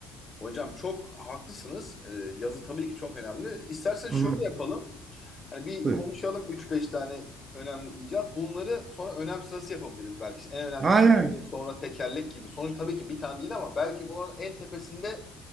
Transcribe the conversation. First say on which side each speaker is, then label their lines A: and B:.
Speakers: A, on the left; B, on the right.
A: Hocam çok haklısınız. Ee, yazı tabii ki çok önemli. İstersen şöyle
B: Hı hı.
A: yapalım. Hani bir
B: Evet.
A: konuşalım üç beş tane önemli icat. Bunları sonra önem sırası yapabiliriz belki. İşte En önemlisi
B: Hayır.
A: sonra tekerlek gibi. Sonuç tabii ki bir tane değil ama belki bunların en tepesinde